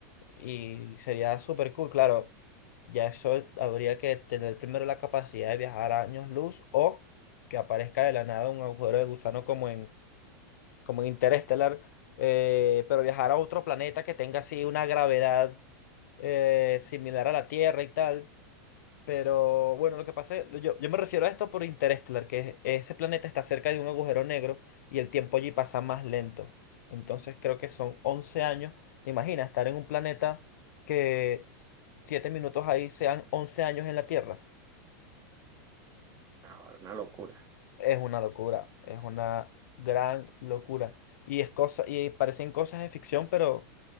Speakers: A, on the left; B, on the right.
A: y sería súper cool, claro, ya eso habría que tener primero la capacidad de viajar a años luz o que aparezca de la nada un agujero de gusano como como en Interestelar, eh, pero viajar a otro planeta que tenga así una gravedad eh, similar a la Tierra y tal. Pero bueno, lo que pasa es, yo, yo me refiero a esto por Interestelar, que es- ese planeta está cerca de un agujero negro y el tiempo allí pasa más lento. Entonces creo que son 11 años. ¿Te imaginas estar en un planeta que s- 7 minutos ahí sean 11 años en la Tierra?
B: Ahora, una locura.
A: Es una locura, es una gran locura. Y es cosa, y parecen cosas de ficción, pero